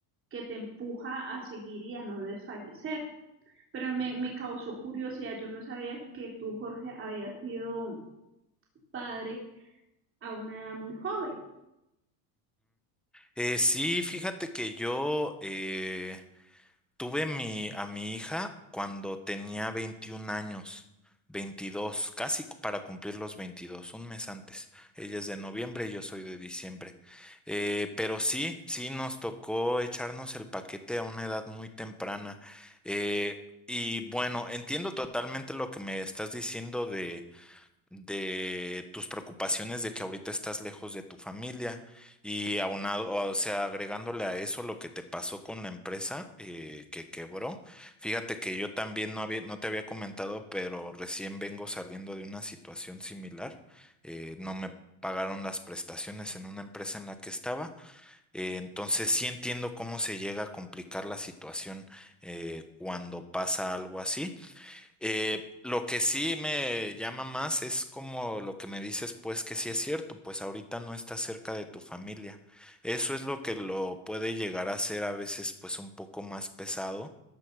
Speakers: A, on the right (about 30°); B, in the centre.
A: que te empuja a seguir y a no desfallecer. Pero me, me causó curiosidad, yo no sabía que tú, Jorge, habías sido padre a una edad muy joven.
B: Eh, sí, fíjate que yo, eh, Tuve mi, a mi hija cuando tenía 21 años, 22, casi cu- para cumplir los 22, un mes antes. Ella es de noviembre y yo soy de diciembre. Eh, pero sí, sí nos tocó echarnos el paquete a una edad muy temprana. Eh, y bueno, entiendo totalmente lo que me estás diciendo de tus preocupaciones de que ahorita estás lejos de tu familia y aunado, o sea, agregándole a eso lo que te pasó con la empresa eh, que quebró. Fíjate que yo también no había, no te había comentado, pero recién vengo saliendo de una situación similar. Eh, no me pagaron las prestaciones en una empresa en la que estaba. Eh, entonces sí entiendo cómo se llega a complicar la situación eh, cuando pasa algo así. Eh, lo que sí me llama más es como lo que me dices, pues que sí es cierto, pues ahorita no estás cerca de tu familia. Eso es lo que lo puede llegar a ser a veces pues un poco más pesado,